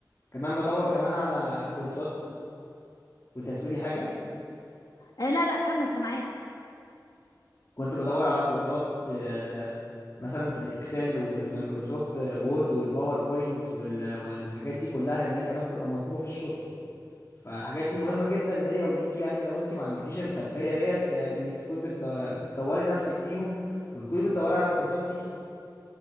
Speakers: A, on the left (about 40°); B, on the left (about 60°).
A: كمان بدور كمان على كورسات وانت هتقولي حاجه
B: آه، لا لا كمل سامعاك
A: كنت بدور على كورسات آه، مثلا في الاكسل وفي المايكروسوفت آه، وورد والباوربوينت وال- والحاجات دي كلها لانها كمان بتبقى مطلوبه في الشغل فالحاجات دي مهمة جدا ليا وليك يعني لو انت ما عندكيش الخلفية ديت يعني انك تكوني بت- بتطوري نفسك فيهم وتكوني بتدوري على كورسات ليكي